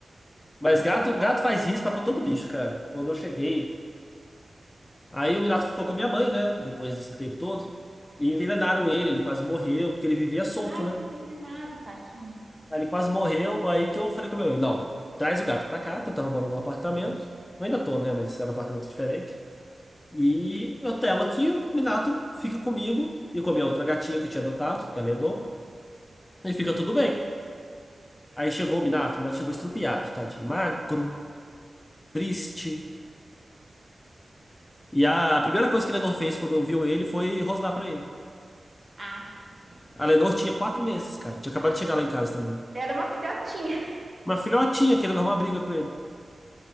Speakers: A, on the left (about 20°); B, on the right (about 30°).
A: Mas
B: Então,
A: gato,
B: como
A: gato
B: ela. co-
A: faz risco pra todo bicho, cara. Quando eu cheguei, aí o Minato ficou com a minha mãe, né? Depois desse tempo todo. E envenenaram ele, ele quase morreu, porque ele vivia solto,
B: Ai,
A: né?
B: foi envenenado, tadinho.
A: Aí ele quase morreu, aí que eu falei com a minha mãe, não, mãe, traz o gato pra cá, que eu tava morando num apartamento. Eu ainda tô, né? Mas isso era um apartamento diferente. E eu telo aqui, o Minato fica comigo e com a minha outra gatinha que eu tinha adotado, que ela herdou, e fica tudo bem. Aí chegou o Minato, o Minato chegou estrupiado, tadinho, magro triste. E a primeira coisa que a Lenor fez quando viu ele foi rosnar pra ele.
B: Ah, sim, é.
A: A Lenor tinha quatro meses, cara. Tinha acabado de chegar lá em casa também.
B: Era uma filhotinha.
A: Uma filhotinha querendo arrumar briga com ele.